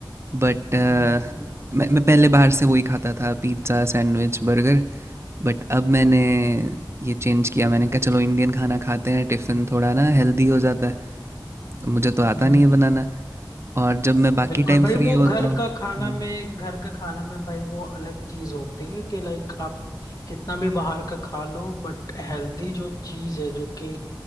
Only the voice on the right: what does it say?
बट
मैं मैं पहले बाहर से वही खाता था पिज्ज़ा सैंडविच बर्गर बट अब मैंने ये चेंज किया मैंने कहा चलो इंडियन खाना खाते हैं टिफ़िन थोड़ा ना हेल्दी हो जाता है मुझे तो आता
नहीं है बनाना
और जब मैं बाकी
टाइम
फ्री
होता
हूँ
हम्म,